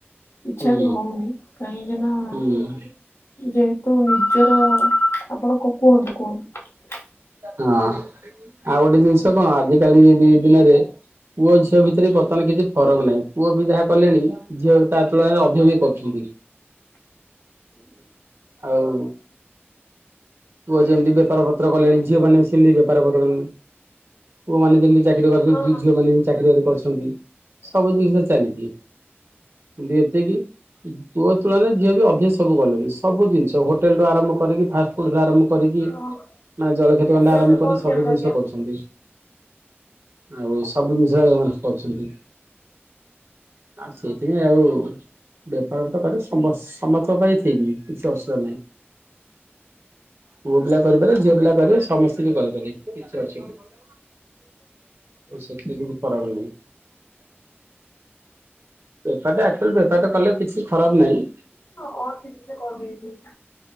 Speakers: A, on the left (about 80°); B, on the right (about 70°).
A: ଇଚ୍ଛା
B: ହୁଁ
A: ବି ହଉନି କାହିଁକି ନା
B: ହୁଁ।
A: ଯେହେତୁନି। ନିଜର ଆପଣ କୁହନ୍ତୁ କୁହନ୍ତୁ <unintelligible>
B: ହଁ ଆଉ ଗୋଟେ ଜିନିଷ କଣ ଆଜିିକାଲି ଦି- ଦିନରେ। ପୁଅ ଝିଅ ଭିତରେ ବି ବର୍ତ୍ତମାନ କିଛି ଫରକ ନାହିଁ ପୁଅ ବି ଯାହା କଲେଣି ଝିଅ ତା ତୁଳନାରେ ଅଧିକ ବି କରୁଛନ୍ତି। ଆଉ ପୁଅ ଯେମିତି ବେପାର ପତ୍ର କଲେଣି ଝିଅ ମାନ ସେମିତି ବେପାର ପତ୍ର କଲେଣି। ପୁଅମାନୋନେ ଯେମିତି ଚାକିରି କରିଛନ୍ତି
A: ହଁ
B: ଦି ଝିଅ ମାନେ ହିଁ ଚାକିରି ବାକରି କରିଛନ୍ତି। ସବୁ ଜିନିଷ ତ ଚାଲିଛି ଯେ ଏତିକି ଯୁଅ ତୁଳନାରେ ଝିଅ ବି ଅଭ୍ୟାସ ସବୁଲେଣି ସବୁ ଜିନିଷ ହୋଟେଲ ରୁ ଆରମ୍ଭ କରିକି ଫାଷ୍ଟ। ଫୁଡ୍ ଠୁ ଆରମ୍ଭ କରିକି
A: ହଁ
B: ମାନେ ଜଳ କଷତି
A: ଏବେ
B: ଅଣ୍ଡା ଆରମ୍ଭ
A: ଆମେ
B: କରି
A: କଲ୍
B: ସବୁ
A: କିୟା
B: ଜିନିଷ କରୁଛନ୍ତି। ଆଉ ସବୁ ଜିନିଷ କରୁଛନ୍ତି। ଆ ସେଥି ନାଇ ଆଉ ବେପାର ତ କରେ ସମ ସମସ୍ତଙ୍କ ପାଇଁ ଠିକ୍ କିଛି ଅସୁବିଧା ନାହିଁ। ପୁଅ ପିଲା କରିପାରେ ଝିଅ ପିଲା କରିବେ ସମସ୍ତେ ବି କରିପାରିବ କିଛି ଅଛି ଅସୁବିଧା ନାହିଁ। ଆ ସେଥିରେ କି ବି ଫରକ ନାହିଁ ବପାଚୁଆ ବେପାର ଟା କଲେ କିଛି ଖରାପ ନାହିଁ।
A: କ କିଛି ସେ।